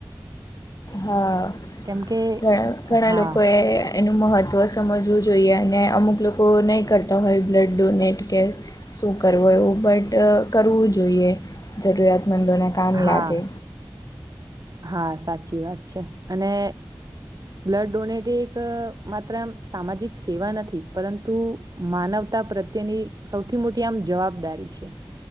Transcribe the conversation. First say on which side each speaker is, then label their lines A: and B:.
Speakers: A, on the left (about 50°); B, on the right (about 55°).
A: હા
B: કેમ કે.
A: ઘણા ઘણા
B: હા
A: લોકો એ એનું મહત્વ. સમજવું જોઈએ અને અમુક લોકો નહીં કરતા હોય બ્લડ ડોનેટ કે શું કરવું એવું. બટ કરવું જોઈએ જરૂરિયાતમંદોને કામ
B: હા
A: લાગે.
B: હા સાચી વાત છે અને બ્લડ ડોનેટ એક માત્ર સામાજિક સેવા નથી પરંતુ માનવ પ્રત્યેની સૌથી મોટી આમ જવાબદારી છે